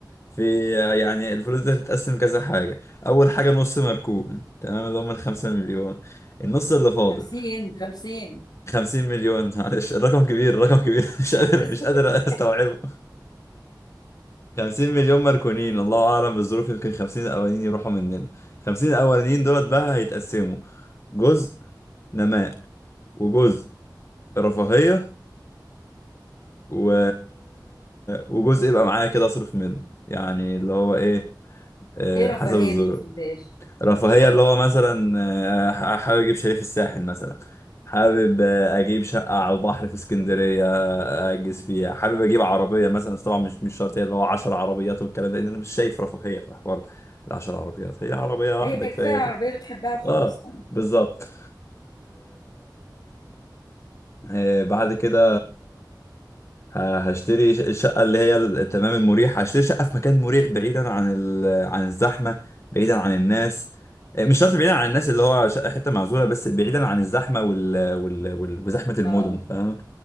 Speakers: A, on the left; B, on the left.
A: في يعني الفلوس دي هتتقسم كذا حاجة أول حاجة نص مركون تمام اللي هم الخمسة مليون
B: مم.
A: النص اللي فاضل
B: خمسين خمسين
A: خمسين مليون <laughs> معلش الرقم كبير الرقم كبير <laughs> مش قادر
B: <laughs>
A: مش قادر أستوعبه 50 مليون مركونين الله اعلم بالظروف يمكن 50 الاولانيين يروحوا مننا 50 الاولانيين دولت بقى هيتقسموا جزء نماء وجزء رفاهية و... وجزء يبقى معايا كده اصرف منه يعني اللي هو ايه آه،
B: ايه رفاهية
A: حسب الظروف
B: دي ما فهمتهاش
A: رفاهية اللي هو مثلا آه، ح- حابب أجيب شاليه في الساحل مثلا حابب آه، أجيب شقة على البحر في اسكندرية آه، أجلس فيها حابب أجيب عربية مثلا بس طبعا مش مش شرط هي اللي هو 10 عربيات والكلام ده لأن أنا مش شايف رفاهية في حوار العشر عربيات هي عربية
B: هي
A: واحدة
B: كفايه
A: كفاية
B: العربيه بتحبها وخلاص
A: أه
B: طبعا
A: بالظبط آه، بعد كده ه- هشتري ش- الشقة اللي هي ال- تمام المريح هشتري شقة في مكان مريح بعيدا عن ال... عن الزحمة بعيدا عن الناس آه، مش شرط بعيدا عن الناس اللي هو شقة حتة معزولة بس بعيدا عن الزحمة وال... وال... وال... وزحمة المدن
B: اه اه
A: فاهم